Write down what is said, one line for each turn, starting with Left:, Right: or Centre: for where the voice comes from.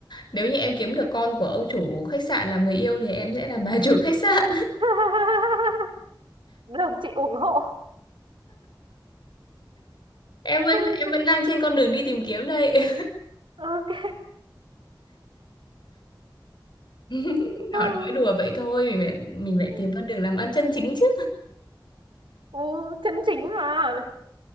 Left: nếu như em kiếm được con của ông chủ khách sạn làm người yêu thì em sẽ là bà chủ khách sạn.
Right: <laughs> được chị ủng hộ
Left: em vẫn
Right: <laughs>
Left: em vẫn đang trên con đường đi tìm kiếm đây
Right: ok
Left: <laughs>
Right: <laughs>
Left: Nó nói đùa vậy thôi mình phải mình phải
Right: ừ.
Left: tìm con đường làm ăn chân chính chứ
Right: Ừ, chân chính mà